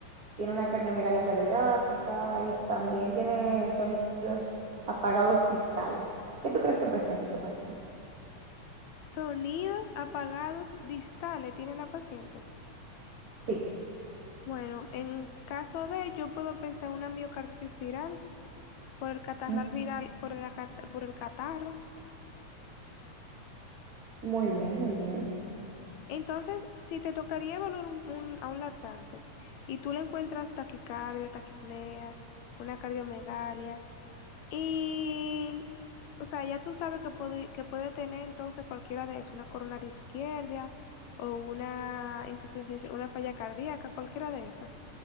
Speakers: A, on the right (about 35°); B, on the left (about 70°).
A: tiene una cardiomegalia radiográfica y también tiene sonidos apagados distales. ¿Qué tú crees que presenta ese paciente?
B: Sonidos apagados distales tiene la paciente.
A: Sí,
B: Bueno, en caso de, yo puedo pensar en una miocarditis viral por el catarral
A: m-
B: viral, por el, acat- por el catarro.
A: muy bien, muy bien.
B: Entonces, si te tocaría evaluar un- un- a un lactante y tú le encuentras taquicardia, taquipnea, una cardiomegalia, y, o sea, ya tú sabes que puede, que puede tener entonces cualquiera de eso, una coronaria izquierda o una insuficiencia, una falla cardíaca, cualquiera de esas.